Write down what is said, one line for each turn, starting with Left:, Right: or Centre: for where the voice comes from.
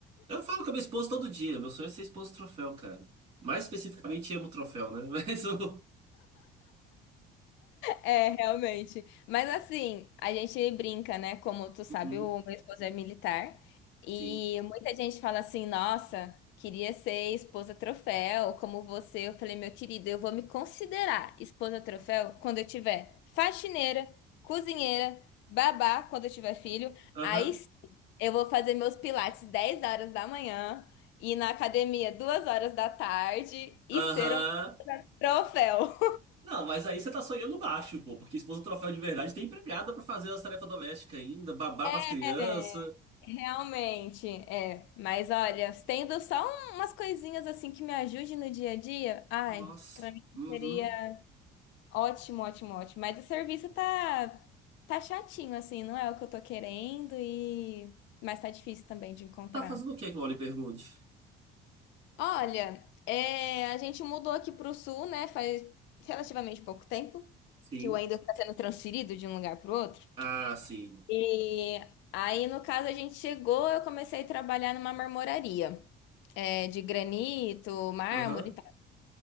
Right: eu falo com a minha esposa todo dia. Meu sonho é ser esposa do troféu, cara. Mais especificamente, amo o troféu, né? <laughs> Mas o.
Left: É, realmente. Mas assim, a gente brinca, né? Como tu sabe,
Right: Uhum,
Left: o meu esposo é militar. E
Right: sim.
Left: muita gente fala assim: nossa, queria ser esposa troféu, como você. Eu falei, meu querido, eu vou me considerar esposa troféu quando eu tiver faxineira, cozinheira, babá, quando eu tiver filho.
Right: Aham.
Left: Aí sim, eu vou fazer meus pilates 10 horas da manhã, ir na academia duas horas da tarde e
Right: Aham.
Left: ser um troféu.
Right: Não, mas aí você tá sonhando baixo, pô, porque esposa do troféu de verdade tem empregada pra fazer as tarefas domésticas ainda, babar pras crianças.
Left: <laughs> Realmente, é. Mas olha, tendo só um- umas coisinhas assim que me ajude no dia a dia, ai,
Right: Nossa.
Left: pra mim
Right: Uhum.
Left: seria ótimo, ótimo, ótimo. Mas o serviço tá tá chatinho assim, não é o que eu tô querendo e mas tá difícil também de encontrar.
Right: Tá fazendo o que que o Wally pergunte?
Left: Olha, é, a gente mudou aqui pro sul, né? Faz relativamente pouco tempo
Right: Sim.
Left: que o Wendel tá sendo transferido de um lugar pro outro.
Right: Ah, sim.
Left: E aí, no caso, a gente chegou, eu comecei a trabalhar numa marmoraria. é, de granito, mármore
Right: Aham.
Left: e tal.